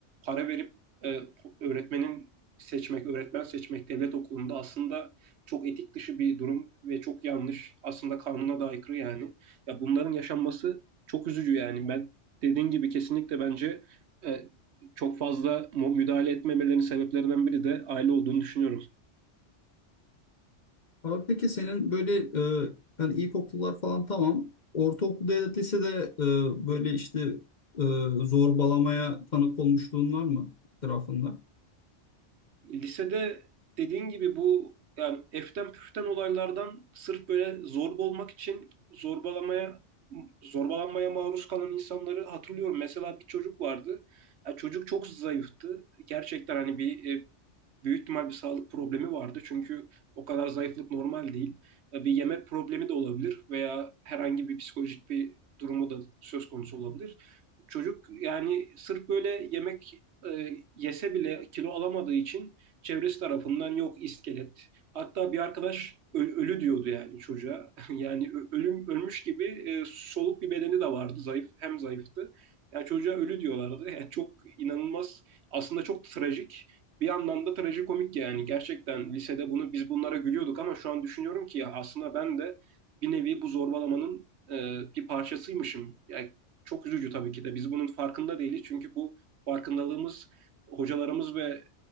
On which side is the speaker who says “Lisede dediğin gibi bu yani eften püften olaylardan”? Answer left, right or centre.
Right